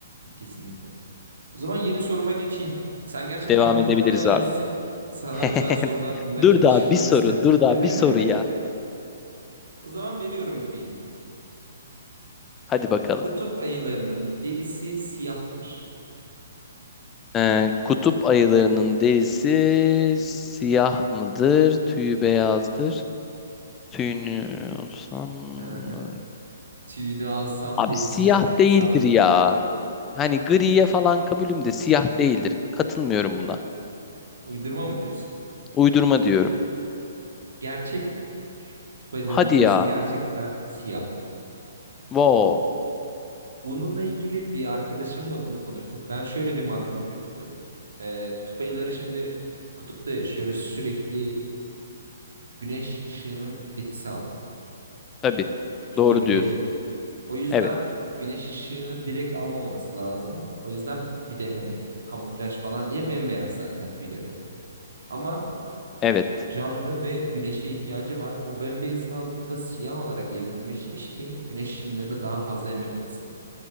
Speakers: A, on the right; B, on the left.
A: Kesinlikle. O zaman yeni soruma geçeyim. Sen gerçekten
B: Devam
A: bu oyunda
B: edebiliriz
A: bayağı
B: abi.
A: iyisin. Sana
B: <laughs>
A: özel sorular bulmaya
B: Dur
A: çalışıyorum
B: daha bir soru,
A: o yüzden.
B: dur
A: <laughs>
B: daha bir soru ya.
A: O zaman veriyorum bir bilgi.
B: Hadi bakalım.
A: Kutup ayılarının derisi siyahtır.
B: Ee, kutup ayılarının derisi siyah mıdır, tüyü beyazdır? Tüyünü olsam...
A: <laughs> Tüyünü alsam,
B: Abi
A: derisine
B: siyah
A: katsam.
B: değildir ya. Hani griye falan kabulüm de siyah değildir. Katılmıyorum buna.
A: Uydurma mı diyorsun?
B: Uydurma diyorum.
A: Gerçek bu. Kutup ayılarının
B: Hadi
A: derisi
B: ya.
A: gerçekten siyah.
B: Wow.
A: Bununla ilgili bir arkadaşımla bunu konuştuk. Ben şöyle bir mantık yürüttüm. Ee, kutup ayıları şimdi kutupta yaşıyor ve sürekli güneş ışığının etkisi altında.
B: Tabii.
A: Çünkü
B: Doğru
A: gölge
B: diyorsun.
A: yok. O yüzden
B: Evet.
A: güneş ışığını direkt almaması lazım. O yüzden bir de hani kamuflaj falan diye bembeyaz zaten tüyleri. Ama
B: Evet.
A: canlı ve güneşe ihtiyacı var. O bembeyazın altında siyah olarak evrimleşmiş ki güneş ışınlarını daha fazla emebilsin.